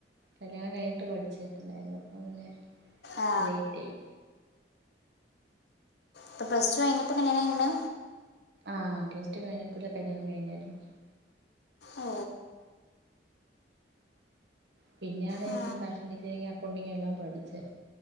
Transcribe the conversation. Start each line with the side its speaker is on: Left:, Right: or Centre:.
Right: കല്ല്യാണം കഴിഞ്ഞിട്ട് പഠിച്ചിട്ട്ണ്ടായിരുന്നു അപ്പം പിന്നെ
Left: ആ
Right: ലേറ്റെയി.
Left: പ്പോ പ്ലസ് ടു അഴിഞ്ഞപ്പോൾ കല്യാണയിഞ്ഞാ
Right: ആഹ് പ്ലസ് ടു കഴിഞ്ഞപ്പോഴ കല്യാണം കഴിഞ്ഞായിരുന്നു
Left: ഓ
Right: പിന്നെണ്
Left: ആ,
Right: ഈ ഫാഷൻ ഡിസൈനിങ്ങ് അക്കൗണ്ടിങ്ങേല്ലാം പഠിച്ചെ.